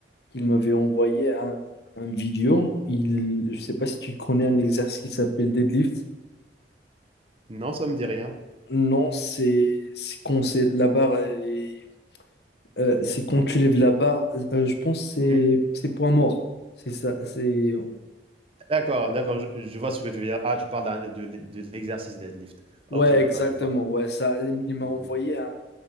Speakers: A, on the left; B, on the right.
A: qu'il m'avait envoyé un, un vidéo. Il, je sais pas si tu connais un exercice qui s'appelle deadlift.
B: Non, ça me dit rien.
A: Non, c'est c'est quand c'est la barre est- euh, c'est quand tu lèves la barre, euh, je pense que c'est
B: Mmh.
A: c'est poids mort. C'est ça, c'est
B: D'accord, d'accord, je, je vois ce que tu veux dire. Ah, tu parles d'un- de, l'e- de l'exercice deadlift.
A: ouais,
B: Ok, d'accord,
A: exactement.
B: je vois.
A: Ouais, ça il m'a
B: Mmh
A: envoyé un,